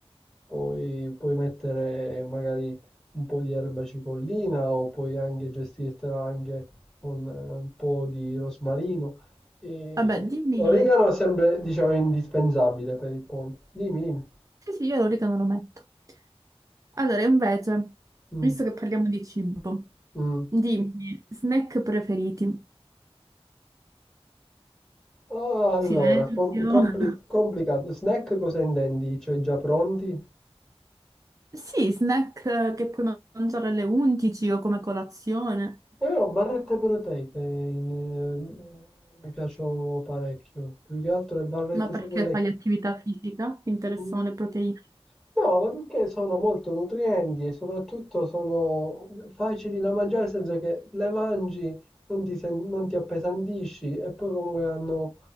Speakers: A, in the centre; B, on the right (about 30°).
A: poi puoi mettere magari un po' di erba cipollina o puoi anche gestirtela anche con eh, un po' di rosmarino. E...
B: Vabbè, dimmi.
A: L'origano è sempre, diciamo, indispensabile per il pollo. Dimmi, dimmi.
B: Sì, sì, io l'origano lo metto. Allora, invece,
A: Mm.
B: visto che parliamo di cibo,
A: Mm.
B: dimmi, snack preferiti?
A: Ah, Allora,
B: Silenzio.
A: com- compli- complicato. Snack cosa intendi? Cioè già pronti?
B: Sì, snack eh, che puoi mangiare alle 11 o come colazione,
A: Eh, ho barrette proteiche, in, eh, mi piacciono parecchio. Più che altro le barrette,
B: ma perché
A: sai quelle
B: fai
A: che...
B: attività fisica? Ti interessano
A: Mm.
B: le proteine?
A: No, ma perché sono molto nutrienti e soprattutto sono facili da mangiare, nel senso che le mangi, non ti, sen- non ti appesantisci e poi comunque hanno